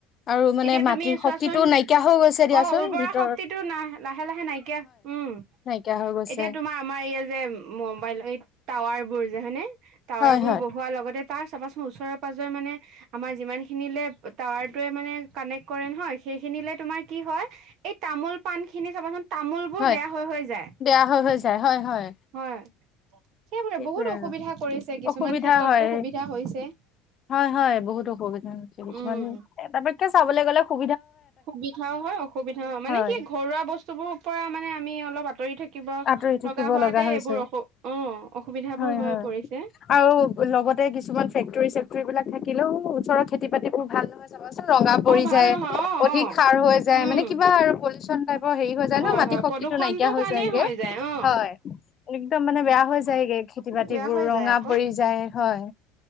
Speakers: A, on the left; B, on the right.
A: আৰু মানে
B: এতিয়া
A: মাটিৰ
B: তুমি চোৱাচোন
A: শক্তিটো নাইকিয়া হৈ গৈছে দিয়াচোন
B: অ উৰ্বৰা
A: ভ
B: শক্তিটো নাহ লাহে লাহে নাইকিয়া উম
A: নাইকিয়া হৈ গৈছে
B: এতিয়া তোমাৰ আমাৰ এইয়া যে মোবাইল এই টাৱাৰ বোৰ যে হয়নে, টাৱাৰ
A: হয়
B: বোৰ
A: হয়
B: বহোৱাৰ লগতে তাৰ চাবাচোন ওচৰৰেৰে পাজৰে মানে আমাৰ যিমান খিনিলে টাৱাৰটোৱে মানে কানেক্ট কৰে নহয় সেইখিনিলে তোমাৰ কি হয় এই তামোল পান খিনি চাবাচোন। তামোল বোৰ
A: হয়
B: বেয়া হৈ হৈ যায়।
A: বেয়া হৈ হৈ যায় হয় হয়
B: হয়। সেইবাবে
A: সেইটোয়ে
B: বহুত অসুবিধা
A: আৰু
B: কৰিছে কিছুমান
A: অসুবিধা
B: ক্ষেত্ৰতো
A: হয়
B: সুবিধা হৈছে
A: হয় হয় বহুত অসুবিধা হৈছে কিছুমান
B: উম।
A: এটা পৈক্ষে চাবলৈ গ'লে সু
B: সুবিধাও হয় অসুবিধাও মানে
A: হয়
B: কি ঘৰুৱা বস্তুবোৰৰ পৰা মানে আমি অলপ আঁতৰি থাক কিবা
A: আঁতৰি থাকিব
B: লগা হোৱাতে
A: হৈছে
B: এইবোৰ অস অ অসুবিধাবোৰ
A: হয়
B: হৈ
A: হয়
B: পৰিছে।
A: আৰু লগতে কিছুমান ফেক্টৰী চেক্টৰী বিলাক থাকিলেও ওচৰত খেতি বাতি বৰ ভাল নহয় চাবাচোন ৰঙা
B: অ
A: পৰি
B: ভাল
A: যায়
B: নহয় অ
A: অধিক
B: অ
A: সাৰ হৈ যায়
B: উম
A: মানে কিবা আৰু পলিউচন টাইপৰ হেৰি হৈ যায়
B: হয়
A: ন মাটি
B: হয়
A: শক্তি
B: প্ৰদূষণটো
A: টো নাইকিয়া হৈ
B: কাৰণেই
A: যায়গে।
B: যায় অ।
A: হয়, একদম মানে বেয়া হৈ যায়গে খেতি বাতিবোৰ
B: বেয়া হৈ
A: ৰঙা
B: যায় আকৌ
A: পৰি যায় হয়।